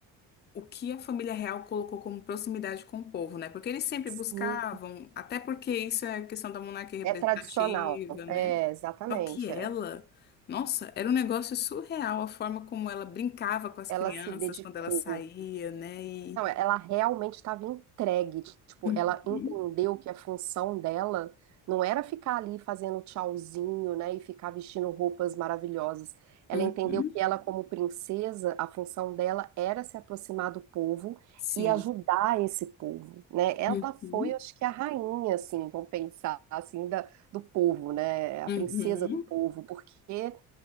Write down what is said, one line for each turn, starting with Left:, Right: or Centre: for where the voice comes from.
Left: o que a família real colocou como proximidade com o povo, né? Porque eles sempre
Right: sim,
Left: buscavam, até porque isso é questão da monarquia representativa,
Right: é tradicional,
Left: né?
Right: é, exatamente,
Left: Só que ela,
Right: é.
Left: nossa, era um negócio surreal a forma como ela brincava com as
Right: Ela
Left: crianças
Right: se dedicou
Left: quando ela saía, né? E
Right: Não, é, ela realmente estava entregue. Tipo, ela
Left: Uhum.
Right: entendeu que a função dela não era ficar ali fazendo tchauzinho, né, e ficar vestindo roupas maravilhosas. Ela
Left: Uhum.
Right: entendeu que ela, como princesa, a função dela era se aproximar do povo
Left: Sim.
Right: e ajudar esse povo, né? Ela
Left: Uhum.
Right: foi, acho que, a rainha, assim, vamos pensar, assim, da, do povo, né? A
Left: Uhum.
Right: princesa do povo, porque